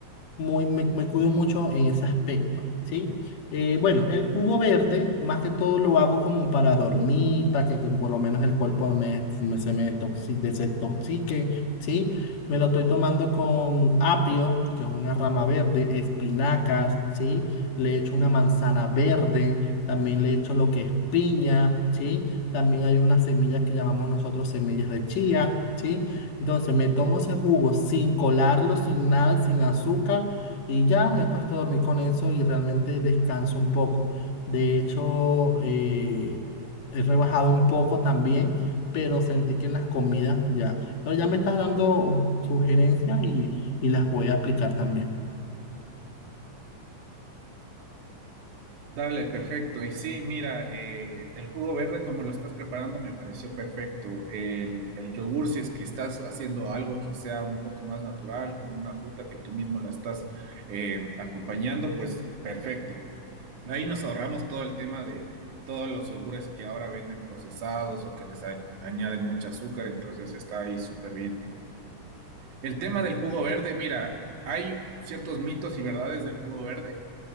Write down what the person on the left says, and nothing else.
muy, me, me cuido mucho en ese aspecto, ¿sí? Eh, bueno, el jugo verde, más que todo lo hago como para dormir, para que, que por lo menos el cuerpo me, me- se me toxi- desintoxique, ¿sí? Me lo estoy tomando con apio, que es una rama verde, espinacas, ¿sí? Le echo una manzana verde, también le echo lo que es piña, ¿sí? También hay unas semillas que llamamos nosotros semillas de chía, ¿sí? Entonces me tomo ese jugo sin colarlo, sin nada, sin azúcar y ya me acuesto a dormir con eso y realmente descanso un poco. De hecho, eh, he rebajado un poco también, pero sentí que en las comidas ya. Pero ya me estás dando sugerencias y, y las voy a aplicar también.